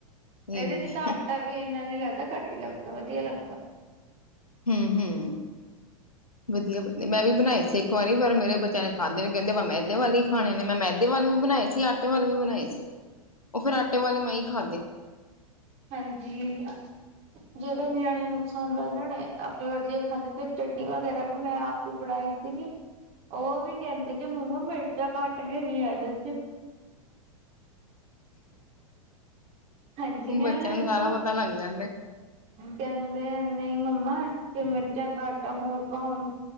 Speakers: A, on the left; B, on the right.
A: ਹੂੰ-ਹੂੰ।
B: ਇਹਦੇ ਚ <unintelligible> ਤਾਂ, ਵੀ ਇੰਨਾ ਨੀ ਲੱਗਦਾ, ਘੱਟ ਹੀ ਲੱਗਦਾ, ਵਧੀਆ ਲੱਗਦਾ।
A: ਹਮ- ਹਮ, ਵਧੀਆ- ਵਧੀਆ, ਮੈਂ ਵੀ ਬਣਾਏ ਸੀ, ਇੱਕ ਵਾਰੀ, ਪਰ ਮੇਰੇ ਬੱਚਿਆਂ ਨੇ। ਖਾਂਦੇ ਨੇ, ਕਹਿੰਦੇ ਵ ਮੈਦੇ ਵਾਲੇ ਹੀ ਖਾਣੇ ਨੇ, ਮੈਂ ਮੈਦੇ ਵਾਲੇ ਵੀ ਬਣਾਏ ਸੀ, ਆਟੇ ਵਾਲੇ ਵੀ ਬਣਾਏ ਸੀ। ਉਹ, ਫੇਰ ਆਟੇ ਵਾਲੇ ਮੈਂ ਹੀ ਖਾਧੇ।
B: ਹਾਂਜੀ, ਜਿਹੜੇ, ਨਿਆਣਿਆ ਨੂੰ ਪਸੰਦ, ਆ ਜਾਣ ਆਪ ਵਧੀਆ ਖਾਂਦੇ, ਫਿਰ ਚਟਨੀ ਵਗੈਰਾ, ਵੀ ਮੈਂ ਆਪ ਹੀ ਬਣਾਈ ਸੀਗੀ। ਉਹ ਵੀ ਕਹਿੰਦੇ ਕਿ, ਮੰਮਾ ਮਿਰਚਾਂ ਘੱਟ ਹੈਗੀਆਂ, ਇਹਦੇ ਚ ਹਾਂਜੀ ਨਿਆਣਿਆਂ
A: ਬੱਚਿਆਂ, ਨੂੰ ਸਾਰਾ
B: ਤਾਂ
A: ਪੱਤਾ ਲੱਗ ਜਾਂਦਾ।
B: ਕਹਿੰਦੇ, ਨਹੀਂ ਮੰਮਾ ਇਸ ਚ ਮਿਰਚਾਂ ਘੱਟ ਹੈ, ਹੋਰ ਪਾਉ ਹੁਣ।